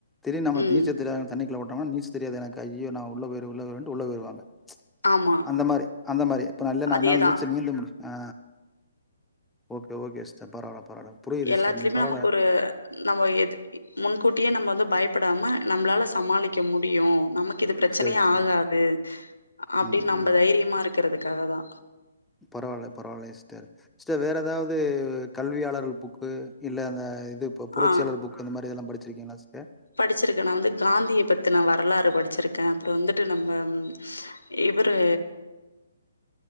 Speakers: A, in the centre; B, on the left.
A: திடீர்னு நம்முளுக்
B: ம்
A: நீச்சல் தெரியாதவங்களுக் தண்ணிக்குல போட்டோம்னா நீச் தெரியாது எனக்கு ஐயயோ நா உள்ள போயிருவே உள்ள போயிருவேன்ட்டு உள்ள போயிருவாங்க ச்
B: ஆமா
A: அந்த மாரி அந்த மாரி இப்ப நா இல்ல நாலு
B: அதேதா
A: நாள் நீச்சு நீந்த முடியு அ ஓகே ஓகே சிஸ்டர் பரவால பரவால புரியுது
B: எல்லாத்துலயுமே
A: சிஸ்டர் நீங் பரவால
B: நமக்கு ஒரு நம்ம எது இ முன்கூட்டியே நம்ம வந்து பயப் படாம நம்ளால சமாளிக்க முடியு நமக்கு இது பிரச்சனயே
A: சரிங்க, ஆரோக்கிய சரிங்க.
B: ஆகாது அப்படின்
A: ம்,
B: நம்ப
A: ம்.
B: தைரியமா இருக்கறதுக்காக தா
A: பரவால்ல பரவால்லயா சிஸ்டர் சிஸ்டர் வேற ஏதாவது கல்வியாளர்கள் புக்கு இல்ல அந்த இது ப்போ புரட்சியாளர்
B: ஆ
A: புக்கு அந்த மாரி இதெல்லா படிச்சிருக்கீங்களா சிஸ்டர்
B: படிச்சிருக்கே நா வந்து காந்திய பத்தின வரலாறு படிச்சிருக்கே அப்புறோ வந்துட்டு நம்ப ம் இவரு